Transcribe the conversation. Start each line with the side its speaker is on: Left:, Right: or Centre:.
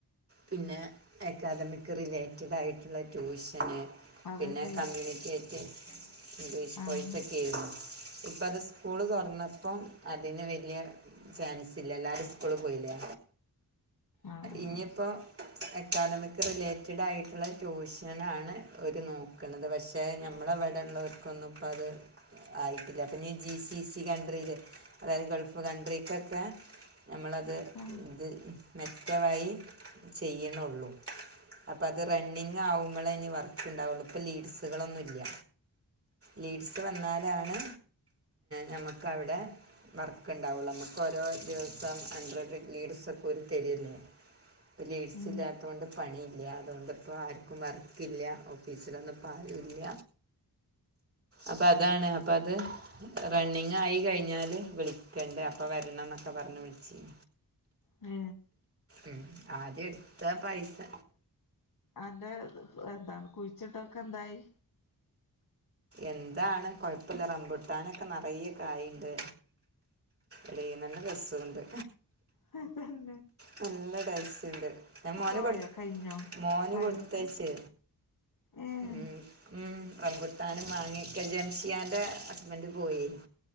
Right: പിന്നെ അക്കാദമിക് റിലേറ്റഡ് ആയിട്ടുള്ള ട്യൂഷൻ
Left: ആഹ് അതല്ലേ
Right: പിന്നെ കമ്മ്യൂണിറ്റി ഒക്കെ ഇംഗ്ലീഷ് കോഴ്സ്
Left: ആഹ്
Right: ഒക്കെ ആരുന്നു ഇപ്പ അത് സ്കൂള് തുറന്നപ്പോം അതിന് വലിയ ചാൻസ് ഇല്ല എല്ലാവരും സ്കൂള് പോയില്ലേ
Left: ആഹ്
Right: ഇനിയിപ്പോ അക്കാഡമിക് റിലേറ്റഡ് ആയിട്ടുള്ള ട്യൂഷൻ ഇങ്ങനാണ് ഒരു നോക്കണുന്നത് പക്ഷേ നമ്മള ഇവിടെ ഉള്ളവർക്കൊന്നും ഇപ്പോ അത് ആയിട്ടില്ല അപ്പം ഇ ജി സി സി കൺ്രിയിൽ അതായത് ഗൾഫ് കൺട്രിക്കൊക്കെ നമ്മളത്
Left: ആഹ്
Right: ഇത് മെച്ചമായിയി ചെയ്യണള്ളു അപ്പൾ അത് റണ്ണിങ് ആകും നമ്മള ഇനി വർക്ക് ഉണ്ടാവുള്ളു ഇപ്പൾ ലീഡ്സുകളൊന്നുമില്ല ലീഡ്സ് വന്നാലാണ് നമുക്കവിടെ വർക്ക് ഉണ്ടാവുള്ളൂ നമുക്ക് ഓരോ ദിവസം ഹൺഡ്രഡ് ലീഡ്സ്ക്കെ ഒരു തരില്ലേ ഇപ്പം ലീഡ്സ്
Left: ഉം
Right: ഇല്ലാത്ത കൊൊണ്ട് പണിയില്ല അതുകൊണ്ട്പ്പോ ആ വർക്കല്ല ഓഫീസിലൊന്നും പഴില്ല അപ്പൊ അതാണ് അപ്പ അത് റണ്ണിങ് ആയി കഴിഞ്ഞാല് വിളിക്കണ്ട അപ്പൊ വരണം എന്നൊക്കെ പറഞ്ഞ് വിളിച്ച്നി
Left: ഏ
Right: ഉം ആദ്യ എടുത്ത പൈസ
Left: അൻ്റെ എന്താണ് കുഴിച്ചിട്ടൊക്കെ എന്തായി
Right: എന്താണ് കൊഴപ്പില്ല റംമ്പുട്ടാനൊക്കെ നിറയ കായുണ്ട് എടെ നല്ല രസവുണ്ട്
Left: ഹോ തന്നേ
Right: നല്ല ടേസ്റ്റ്ണ്ട് ഞാൻ മോന്
Left: പോയോ
Right: കൊടു
Left: കഴിഞ്ഞോ
Right: മോന്
Left: പയറൊക്കെ
Right: കൊടുത്തയച്ചേ
Left: ഏഹ്
Right: ഉം ഉം റപുട്ടാനും മാങ്ങി ഒക്കെ ജംഷിയാന്റെ ഹസ്ബന്ഡ് പോയി